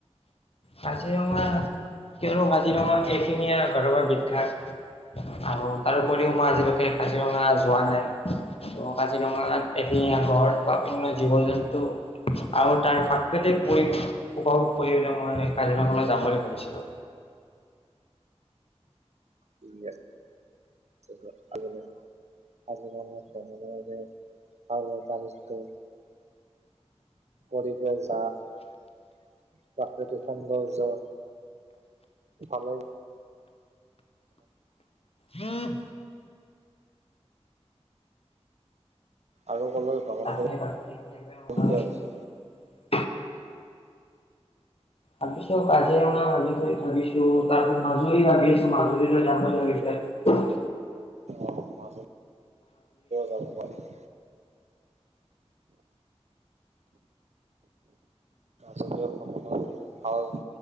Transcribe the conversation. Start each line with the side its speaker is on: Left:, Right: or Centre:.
Left: কাজিৰঙা কিয়নো কাজিৰঙা এখিনঙীয়া ঘৰৱাৰ বিখ্যাত, আৰু তাৰোপৰিও মই আজিলৈকে কাজিৰঙা যোৱা নাই, ত কাজিৰঙাত এখিনঙীয়া গঁড় বা অন্য জীৱ জন্তু আৰু তাৰ প্ৰাকৃতিক পৰি উপভোগ কৰিনে মই কাজিৰঙালৈ যাম বুলি ভাবিছিলো।
Right: ঠিক আছে, <inaudible> কাজিৰঙা যাব ন' এতিয়া। প তাৰপিছ পৰিৱেশ যা প্ৰাকৃতি সৌন্দৰ্য ভালে
Left: উম
Right: আৰু
Left: <unintelligible>
Right: ক'লৈ ভ্ৰমণ কৰিম বুলি ভাবিছা?
Left: ভাবিছো কাজিৰঙা ভাবি থ ভাবিছো তাৰপ মাজত আমি ভাবি আছো মাজুলীলৈ যাম বুলি ভাবিছে।
Right: অ' মাজুলীও যাব পাৰি। তচত <unintelligible> ভাল